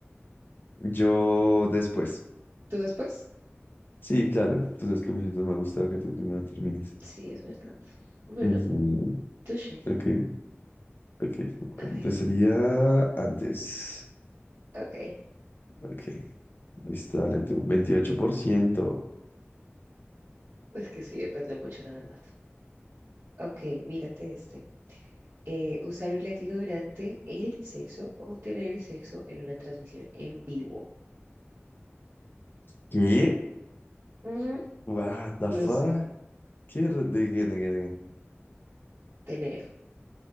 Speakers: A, on the left; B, on the right.
A: yo después.
B: ¿Tú después?
A: Sí, claro. Tú sabes que a mí siempre me ha gustado que tú primero termines.
B: Sí, es verdad. Bueno,
A: Ujú,
B: touché.
A: Ok, ok.
B: A ver,
A: Entonces sería antes.
B: ok.
A: Ok, listo, dale tú. 28%.
B: Es que sí, depende mucho, la verdad. Ok, mírate este. eh, usar un látigo durante el sexo o tener sexo en una transmisión en vivo.
A: ¿Qué?
B: Ujú.
A: What the
B: Lo
A: fuck?
B: sé,
A: ¿Qué? re- De again, again, again.
B: tener